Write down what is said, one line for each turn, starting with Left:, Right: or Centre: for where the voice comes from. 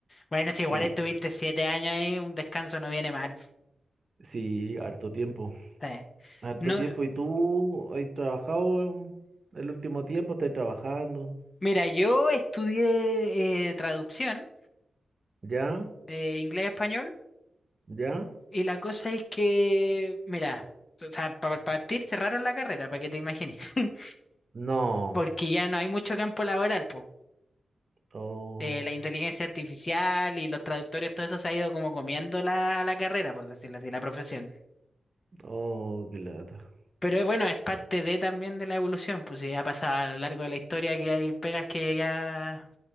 Left: Bueno, si
Right: Sí,
Left: igual estuviste siete años ahí, un descanso no viene mal.
Right: sí, harto tiempo.
Left: Sí.
Right: Harto
Left: No,
Right: tiempo. ¿Y tú has trabajado el último tiempo? ¿Estás trabajando?
Left: mira, yo estudié eh, traducción,
Right: ¿Ya?
Left: eh, inglés-español,
Right: ¿Ya?
Left: y la cosa es que, mira, o sea, para partir cerraron la carrera, para que te imagines, <laughs>
Right: No.
Left: porque ya no hay mucho campo laboral, pues.
Right: Oh,
Left: eh, la inteligencia artificial y los traductores, todo eso se ha ido como comiendo la, la carrera, por decirlo así, la profesión.
Right: oh, qué lata.
Left: Pero eh, bueno, es parte de también de la evolución, pues ya ha pasado a lo largo de la historia que hay pegas que ya